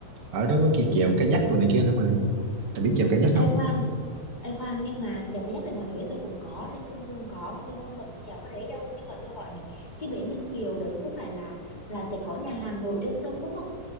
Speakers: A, on the right; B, on the left.
A: ở đó có cái chèo kayak rồi này kia nữa mà Tại biết chèo kayak
B: Ê
A: không
B: khoan Ê khoan nhưng mà chèo kayak thì ngoài Huế tôi cũng có trên sông Hương có tôi không cần chèo cái đấy đâu nhưng mà tôi hỏi này cái bể Ninh Kiều đấy có phải là là sẽ có nhà hàng nổi trên sông đúng không